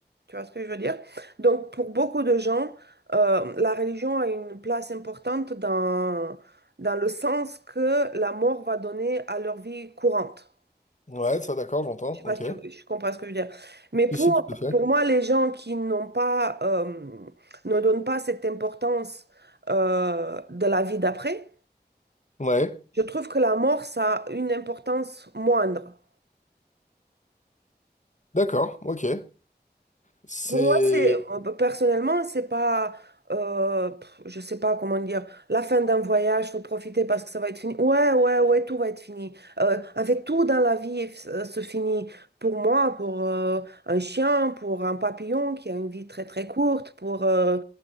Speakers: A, on the right (about 70°); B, on the left (about 45°).
A: Tu vois ce que je veux dire? Donc, pour beaucoup de gens, euh, la religion a une place importante dans, dans le sens que la mort va donner à leur vie courante.
B: ouais, ça d'accord, j'entends.
A: Je sais pas
B: Ok.
A: si tu, je comprends ce que je veux dire. Mais pour,
B: Si si, tout à fait.
A: pour moi, les gens qui n'ont pas, euh, ne donnent pas cette importance euh, de la vie d'après,
B: Ouais,
A: je trouve que la mort, ça a une importance moindre.
B: d'accord. Ok. C'est
A: Pour moi, c'est euh, bah, personnellement, c'est pas, euh, pff, je sais pas comment dire, la fin d'un voyage, faut profiter parce que ça va être fini. Ouais, ouais, ouais, tout va être fini. Euh, en fait, tout dans la vie euh, se finit. Pour moi, pour euh, un chien, pour un papillon qui a une vie très très courte, pour euh,